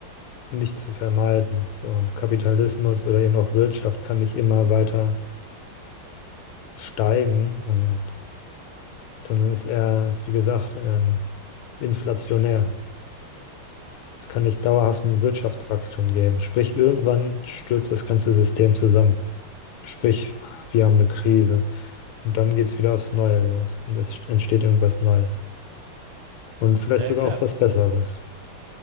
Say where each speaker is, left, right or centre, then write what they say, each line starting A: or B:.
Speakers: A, on the left (about 75°); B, on the right (about 65°).
A: nicht zu vermeiden. So, und Kapitalismus oder eben auch Wirtschaft kann nicht immer weiter steigen und sondern ist eher, wie gesagt, ähm, inflationär. Es kann nicht dauerhaft ein Wirtschaftswachstum geben. Sprich, irgendwann stürzt das ganze System zusammen. Sprich, wir haben eine Krise. Und dann geht es wieder aufs Neue los. Und es entsteht irgendwas Neues. Und vielleicht
B: Na ja,
A: sogar
B: klar.
A: auch was Besseres.